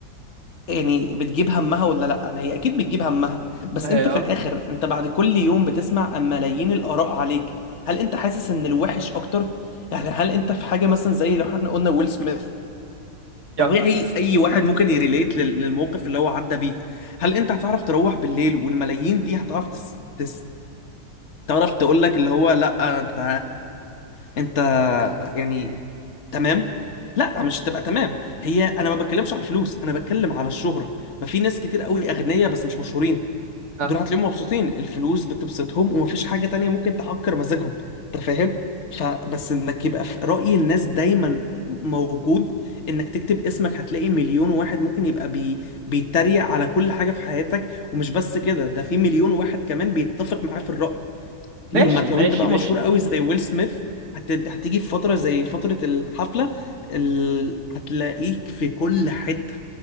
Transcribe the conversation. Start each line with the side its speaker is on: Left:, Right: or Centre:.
Left: يعني بتجيب همها ولا لا ما هي اكيد بتجيب همها بس
Right: اه
Left: انت في الاخر انت بعد كل يوم بتسمع أم ملايين الاراء عليك هل انت حاسس ان الوحش اكتر يعني هل انت في حاجة مثلا زي لو احنا قلنا ويل سميث
Right: يا
Left: طبيعي اي واحد ممكن يريليت لل- للموقف اللي هو عدى بيه هل انت هتعرف تروح بالليل والملايين دي هتعرف تس... تس... تعرف تقول لك اللي هو لا انت انت يعني تمام لا مش تبقى تمام هي انا ما بتكلمش على الفلوس انا بتكلم على الشهرة ما في ناس كتير قوي اغنياء بس مش مشهورين
Right: آه.
Left: دول هتلاقيهم مبسوطين الفلوس بتبسطهم ومفيش حاجة تانية ممكن تعكر مزاجهم انت فاهم فبس انك يبقى في رأي الناس دايما موجود انك تكتب اسمك هتلاقي مليون واحد ممكن يبقى بي... بيتريق على كل حاجة في حياتك ومش بس كده ده في مليون واحد كمان بيتفق معاه في الرأي
Right: ماشي
Left: لما لو
Right: ماشي
Left: انت بقى
Right: ماشي
Left: مشهور قوي زي ويل سميث هت... هتيجي في فترة زي فترة الحفلة ال... هتلاقيك في كل حتة